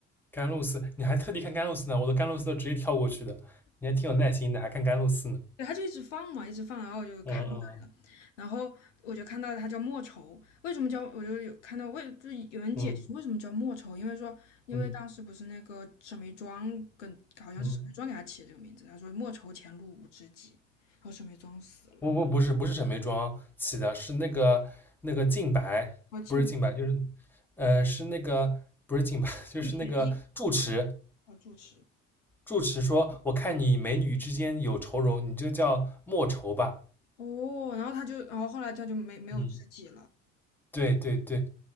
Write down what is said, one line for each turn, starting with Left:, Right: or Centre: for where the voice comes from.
Centre: 甘露寺，你还特地看甘露寺呢？我的甘露寺都直接跳过去的，你还挺有耐心的，还看甘露寺呢。
Left: 对，他就一直放嘛，一直放，然后我就看到了，
Centre: 嗯
Left: 然后我就看到他叫莫愁，为什么叫？我就有看到为，就有人解释为什么叫莫愁，
Centre: 嗯
Left: 因为说，因为当时不是那个沈眉庄跟好像是沈眉庄给他起的这个名字，
Centre: 嗯嗯嗯，
Left: 他说莫愁前路无知己，然后沈眉庄死了，
Centre: 不不不是不是沈眉庄起的，
Left: 然
Centre: 是那个那个靖白，
Left: 后进
Centre: 不是靖白，就是呃是那个不是靖白，<laughs> 就是那个住持。
Left: 那个铁梯要住持，
Centre: 住持说：“我看你美女之间有愁容，你就叫莫愁吧。”
Left: 哦，然后他就，然后后来他就没没有知己了，
Centre: 嗯，对对对，